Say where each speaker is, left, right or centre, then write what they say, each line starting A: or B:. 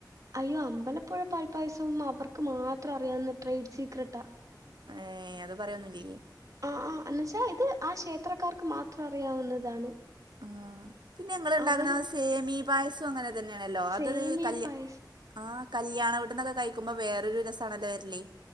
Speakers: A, on the right (about 50°); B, on the right (about 80°).
A: അയ്യോ അമ്പലപ്പുഴ പൽപ്പായസവും അവർക്ക് മാത്രം അറിയാവുന്ന ട്രേഡ് സീക്രട്ടാ
B: ഏഹ് അത് പറയൊന്നില്ലേ
A: ആഹ് ആഹ് എന്ന് വെച്ചാൽ ഇത് ആ ക്ഷേത്രക്കാർക്ക് മാത്രം അറിയാവുന്നതാണ്
B: ആഹ് പിന്നെ ഞങ്ങൾ ഉണ്ടാക്കുന്ന
A: അവര്
B: സേമി പായസം അങ്ങനെ ഇതന്നെ ആണല്ലോ
A: സേമിയ
B: അത് കല്യ
A: പായസം
B: ആഹ് കല്യാണ വീട്ടീന്ന് ഒക്കെ കഴി ക്കുമ്പോ വേറൊരു രസമാണ്ണല്ല വരല്ലേ